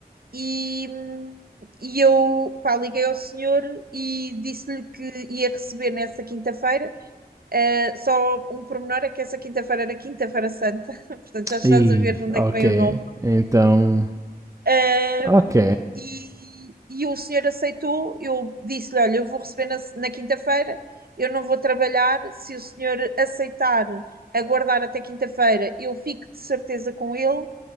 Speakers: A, on the right; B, on the right.
A: E, hum, e eu, pá, liguei ao senhor e disse-lhe que ia receber nessa quinta-feira. Uh, só um pormenor é que essa quinta-feira era Quinta-feira Santa, <laughs> portanto já estás
B: E,
A: a ver de onde é que
B: ok.
A: vem o nome.
B: Então,
A: Ahm,
B: ok.
A: e, e o senhor aceitou. Eu disse-lhe: Olha, eu vou receber na, na quinta-feira, eu não vou trabalhar. Se o senhor aceitar aguardar até quinta-feira, eu fico de certeza com ele.